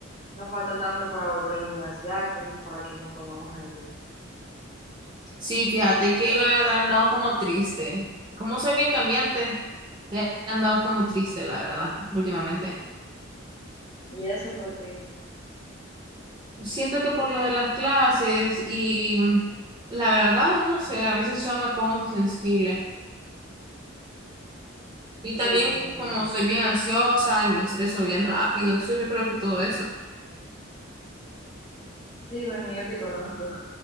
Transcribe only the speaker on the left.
no falta tanto para volver a la universidad, entonces para que nos pongamos al día.
¿Y eso por qué?
Sí, te entiendo.
Sí, bueno, yo te conozco,